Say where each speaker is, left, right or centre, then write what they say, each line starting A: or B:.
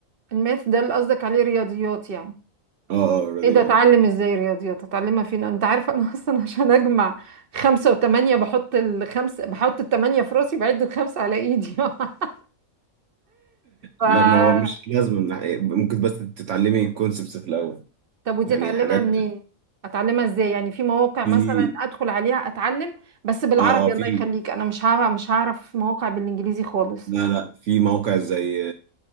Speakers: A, on the right (about 45°); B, on the right (about 65°).
A: الماث ده اللي قصدك عليه رياضيات يعني
B: اه اه الرياضيات
A: ايه ده اتعلم ازاي رياضيات اتعلمها فين انت عارفه انا <laughs> اصلا عشان اجمع خمسة وثمانية بحط الخمسة بحط الثمانية في راسي بعد الخمسة على ايدي <laughs> ف
B: لا ما هو مش لازم من- ناحية- ممكن بس تتعلمي الكونسبتس في الاول
A: طب ودي
B: يعني
A: اتعلمها
B: حاجات
A: منين اتعلمها ازاي يعني في مواقع
B: في
A: مثلا ادخل عليها اتعلم بس بالعربي
B: اه اه في
A: الله يخليك انا مش هعرف مش هعرف مواقع بالانجليزي خالص
B: لا لا في موقع زي